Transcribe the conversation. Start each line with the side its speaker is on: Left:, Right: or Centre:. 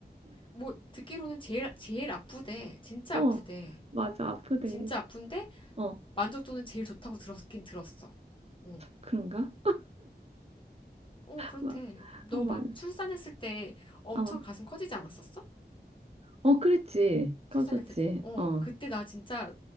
Left: 뭐, 듣기로는 제일, 제일 아프대. 진짜
Right: 어,
Left: 아프대.
Right: 맞아. 아프대.
Left: 진짜 아픈데,
Right: 어,
Left: 만족도는 제일 좋다고 들었긴 들었어. 어.
Right: 그런가?
Left: 어, 그렇대.
Right: 마-
Left: 너
Right: 어, 맞아.
Left: 막 출산했을 때 엄청
Right: 어,
Left: 가슴 커지지 않았었어?
Right: 어, 그랬지.
Left: 출산했을
Right: 커졌지.
Left: 때, 어,
Right: 어,
Left: 그때 나 진짜,